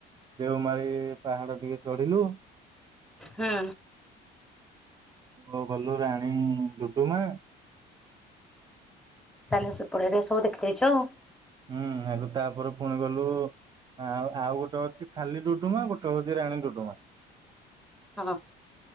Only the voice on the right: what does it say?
ଦେଓମାଳି ପାହାଡ଼ ଟିକେ ଚଢିଲୁ।
ଓ ଗଲୁ ରାଣୀ ଡୁଡୁମା
ହୁଁ ହେଲେ ତାପରେ ପୁଣି ଗଲୁ ଆଉ ଆଉ ଗୋଟେ ଅଛି ଖାଲି ଡୁ ଡୁମା ଗୋଟେ ହଉଛି ରାଣୀ ଡୁଡୁମା।